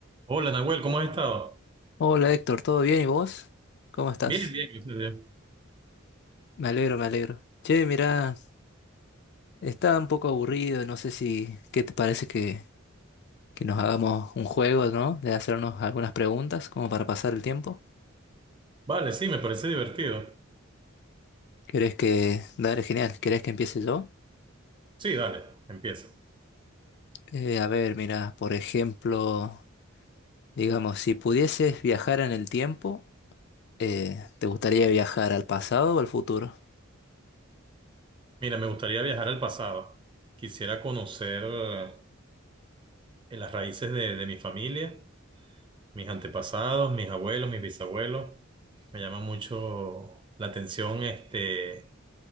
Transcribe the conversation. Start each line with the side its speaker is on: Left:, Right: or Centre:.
Right: Hola Nahuel, ¿cómo has estado?
Left: Hola Héctor, ¿todo bien? ¿Y vos? ¿Cómo estás?
Right: Bien, bien, gracias a Dios.
Left: Me alegro, me alegro. Che, mira, estaba un poco aburrido, no sé si, ¿qué te parece que, que nos hagamos un juego, ¿no? De hacernos algunas preguntas como para pasar el tiempo.
Right: Vale, sí, me parece divertido.
Left: ¿Querés que... Dale, genial, ¿querés que empiece yo?
Right: Sí, dale, empiezo.
Left: Eh, a ver, mira, por ejemplo, digamos, si pudieses viajar en el tiempo, eh, ¿te gustaría viajar al pasado o al futuro?
Right: Mira, me gustaría viajar al pasado. Quisiera conocer eh, las raíces de, de mi familia, mis antepasados, mis abuelos, mis bisabuelos. Me llama mucho la atención este,